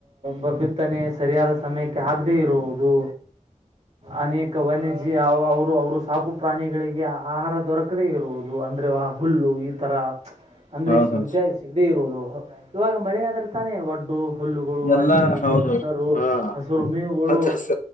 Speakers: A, on the right; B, on the left.
A: ಬಗುತ್ತನೆ ಸರಿಯಾದ ಸಮಯಕ್ಕೆ ಆಗದೆೇ ಇರುವುದು ಅನೇಕ ವಾಣಿಜ್ಯ ಅವ್ ಅವು ಅವ್ರು ಸಾಕು ಪ್ರಾಣಿಗಳಿಗೆ ಆಹಾರ ದೊರಕದೇ ಇರುವುದು ಅಂದ್ರೆ ಹುಲ್ಲು ಈ ತರ ಅಂದ್ರೆ
B: ಹೌದೌದು
A: ಸಿಗದೆ ಸಿಗದೇ ಇರೋದು ಇವಾಗ ಮಳೆ ಆದ್ರೆ ತಾನೇ ಒಡ್ಡು ಹುಲ್ಲುಗಳು
B: ಎಲ್ಲಾ
A: ಅಲ್ಲಿ ಇಲ್ಲಿ
B: ಹೌದು
A: ಹಸರು
B: ಹಾ
A: ಹಸುರು ಮೇವುಗಳು
B: ಹಚ್ಚ ಹಸ